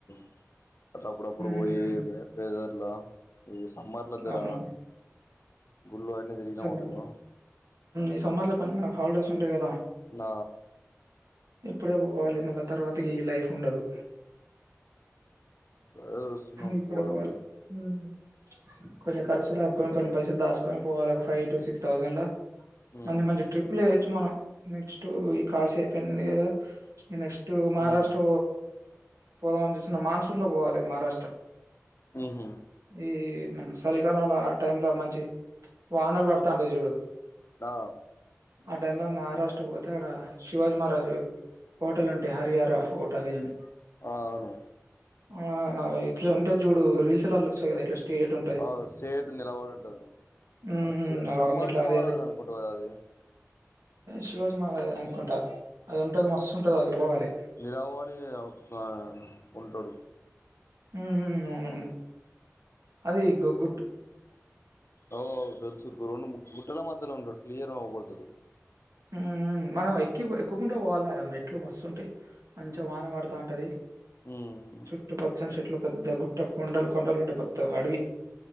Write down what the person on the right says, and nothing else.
ఉహు
అవునవును
సమ్మర్ ఈ సమ్మర్ లోపు అని మనకు హాలిడేస్ ఉంటాయి కదా
ఇప్పుడే పోవాలి మళ్ళా తర్వాతకి ఈ లైఫ్ ఉండదు
ఇప్పుడే
పోవాలి ఉమ్ కొన్ని ఖర్చులకు కొన్ని పైసలు దాచుకుని పోవాల ఒక ఫైవ్ టు సిక్స్ థౌజండ్లా
మంచి మంచి ట్రిప్లే యచ్చు మనం నెక్స్ట్ ఈ కాశీ అయిపోయింది కదా ఈ నెక్స్ టు మహారాష్ట్ర
పోదామని చూస్తున్న మాన్సూన్ లో పోవాలి మహారాష్ట్ర
ఏ మొన్న చలికాలంలో ఆ టైంలో మంచి వానలు పడతాంటాయి చూడు
ఆ టైమ్ లో మహారాష్ట్ర పోతే ఆడ శివాజీ మహారాజు కోటలు ఉంటే హర్యాన ఫోటా దిగాను
ఆ ఆ ఇట్లా ఉంటుది చూడు రీల్స్ ళ వస్తాయి కదా ఇట్లా స్టేట్ ఉంటది
హ్మ్.
ఆ
మెట్ల అది
అది
శివాజీ మహారాజ్ అనుకుంటా అది ఉంటది మస్తు ఉంటది అది పోవాలి
ఉహు అవునవును అది గ
ఉ మనం ఎక్కు ఎక్కుకుంటడా పోవాలి మెట్లు మస్తుంటాయి. మంచిగా వాన పడతా ఉంటది
చుట్టు పచ్చని చెట్లు పెద్ద గుట్ట కొండలు కొండలు ఉండే పెద్ద అడవి